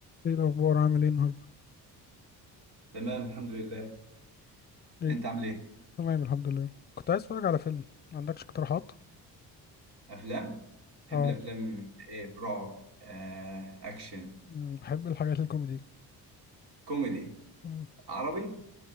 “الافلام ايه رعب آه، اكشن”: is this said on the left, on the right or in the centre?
Right